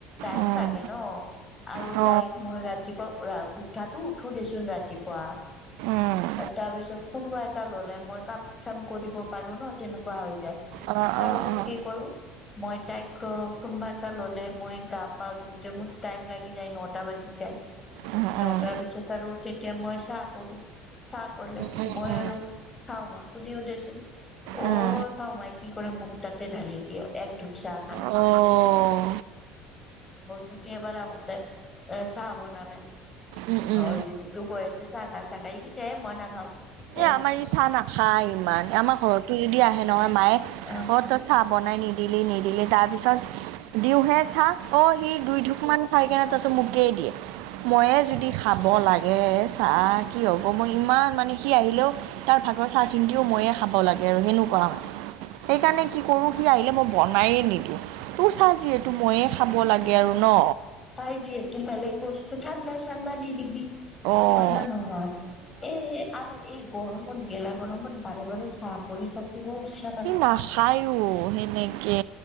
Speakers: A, on the left (about 30°); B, on the right (about 75°).
A: টাইম
B: উম,
A: লাগে ন। আৰু
B: অ',
A: তাইক মই ৰাতি পুৱা ৰা উঠাতো উঠো দেচোন ৰাতিপুৱা
B: উম।
A: আৰু তাৰ পিছত কোনোবা এটাই ললে মই কাম চাম কৰিব পাৰো ন। তেনেকুৱা হৈ যায়।
B: অ',
A: তাৰ
B: অ',
A: পিছত
B: অ',
A: কি কৰো? মই তাইক অ' কোনোবা এটাই ল'লে মই গা পা ধুওতে মোৰ টাইম লাগি যায়, নটা বাজি যায়।
B: উম,
A: নটাৰ
B: উম,
A: পিছত আৰু তেতিয়া মই চাহ কৰো। চাহ কৰিলে
B: উম, উম,
A: মই
B: উম।
A: আৰু খাওঁ মই। সুধেও দেচোন অ'
B: উম।
A: চাও মাই কি কৰে, মোৰ তাতে ঢালি দিয়ে এক ঢোক চাহ খা।
B: অ',
A: ঘৰ জুতি এবাৰ আহোতে এ চাহ বনালে।
B: উম, উম।
A: অ' যিটো তো কৈ আছে চাহ খা চাহ খা। পিছে মই নাখাও।
B: এই আমাৰ ই্ চাহ নাখায় ইমান। আমাৰ ঘৰতো যদি আহে নহয় মায়ে
A: অহ।
B: তই চাহ বনাই নিদিলি নিদিলি। তাৰপিছত দিওঁহে চাহ অ' সি দুই ঢোকমান খাই কেনে তাৰপিছত মোকেই দিয়ে। ময়েই যদি খাব লাগে চাহ কি হ'ব? মই ইমান মানে সি আহিলেও তাৰ ভাগৰ চাহখিনিও ময়েই খাব লাগে আৰু তেনেকুৱা। সেইকাৰণে কি কৰোঁ সি আহিলে মই বনায়েই নিদিওঁ। তোৰ চাহ যিহেতু ময়েই খাব লাগে
A: নহয়
B: আৰু ন।
A: না তাই যিহেতু বেলেগ বস্তু ঠাণ্ডা চাণ্ডা দি নিকি?
B: অ'।
A: ন নহয়। এ আৰু এই গৰমত গেলা গৰমত বাৰে বাৰে চাহ কৰি থাকিব ইছ
B: সি নাখায়ও নেকে কি